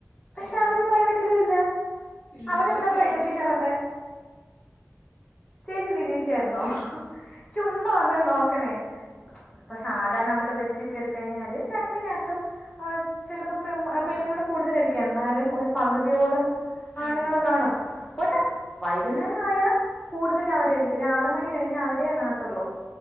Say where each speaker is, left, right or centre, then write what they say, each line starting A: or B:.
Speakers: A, on the left; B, on the left.
A: പക്ഷെ,
B: കൊറവാ
A: അവര് പ്രൈവറ്റില് ഇല്ല.
B: ഇല്ല
A: അവരെന്താ
B: അവരൊക്കെ
A: പ്രൈവറ്റിൽ
B: എവിടെ പോ
A: കയറാത്തെ? ചേച്ചി നിരീക്ഷായിരുന്നോ?
B: അറിയില്ല
A: ചുമ്മാ ഒന്ന് നോക്കണേ? ഇപ്പൊ സാധാര നമ്മള് ബസിൽ കയറിക്കഴിഞ്ഞാല് രണ്ടിനകത്തും ചില ഇപ്പ പെമ്, പെണ്ണുങ്ങൾ
B: ആഹ്
A: കൂടുതലായിരിക്കും. എന്നാലും ഒരു പകുതിയോളം
B: ആണുങ്ങള്
A: ആണുങ്ങൾ കാണും. പോട്ടെ
B: കാണും
A: വൈ വൈകുന്നേരം ആയാൽ കൂടുതലും അവരയിരിക്കും. ഒരു ആറ് മണി കഴിഞ്ഞാൽ അവരേ കാണത്തൊള്ളൂ.